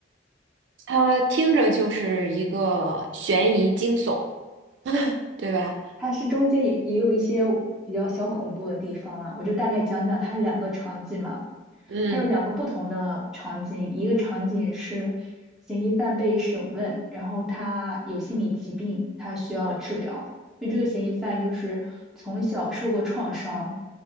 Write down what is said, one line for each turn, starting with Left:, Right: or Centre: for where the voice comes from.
Right: 他听着就是一个悬疑惊悚，对吧？
Centre: 它是中间也也有一些比较小恐怖的地方啦，我就大概讲讲它两个场景嘛。
Right: 嗯，
Centre: 它有两个不同的场景，一个场景是嫌疑犯被审问，然后他有心理疾病，他需要治疗。因为这个嫌疑犯就是从小受过创伤，